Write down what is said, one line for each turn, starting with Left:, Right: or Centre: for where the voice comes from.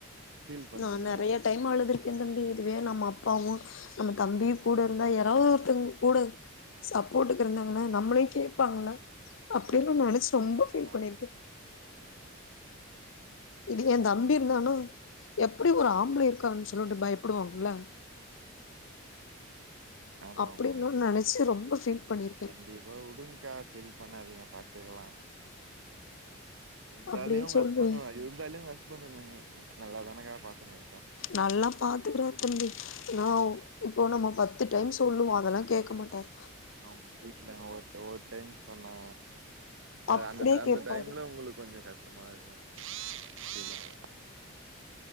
Right: ஃபீல் பண்றீங்களா
Left: நான் நிறைய டைம் அழுதுருக் என்தம்பி இதுவே நம்ம அப்பாவும் நம்ம தம்பியும் கூட இருந்தா யாராவது ஒருத்தவங்க கூட சப்போர்ட்டுக்கு இருந்தாங்கன்னா நம்மளையும் கேட்பாங்கள்ல. அப்படின்னு
Right: கண்டிப்பா
Left: நினைச்சு
Right: கண்டிப்பா
Left: ரொம்ப ஃபீல் பண்ணிருக்கேன்.
Right: ஆ
Left: இதுவே என் தம்பி இருந்தானா எப்படி ஒரு ஆம்பளை இருக்காங்கன்னு சொல்லிட்டு பயப்படுவாங்கள்ல.
Right: ஆமா
Left: அப்படின்ல்லாம்
Right: ஆமா
Left: நினைச்சு ரொம்ப ஃபீல் பண்ணிருக்கே
Right: கண்டிப்பா உடுங்க்கா பண்ணாதீங்க பார்த்துக்கலாம் இருந்தாலயும்
Left: அப்டின்னு
Right: உங்க
Left: சொல்லுவ
Right: ஹஸ்பண்ட் இருந்தாலையும் உங்க ஹஸ்பண்ட் நல்லாதானுங்க பார்தினு
Left: நல்லா பார்த்துக்குறாரு தம்பி
Right: ஆ
Left: நான் இப்போ <unintelligible> பார் டைம் சொல்லுவோம் அதெல்லாம் கேட்க மாட்டார்.
Right: அவுங்க வீட்டுல ஒரு -ஒரு டைம் சொன்னா
Left: அப்படியே
Right: அந்த
Left: கேட்பாரு
Right: டைம்ல உங்களுக்கு கொஞ்சம் கஷ்டமா இருக்கும். இல்ல <unintelligible>